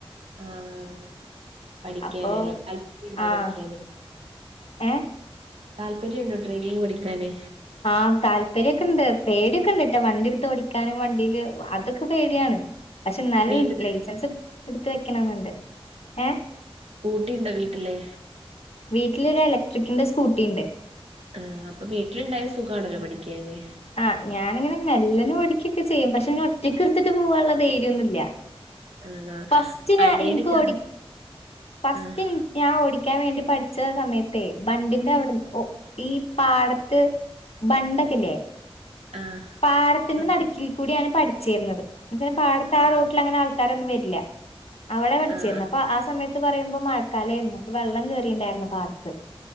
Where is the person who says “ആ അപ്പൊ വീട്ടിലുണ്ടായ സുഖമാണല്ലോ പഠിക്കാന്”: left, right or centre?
Right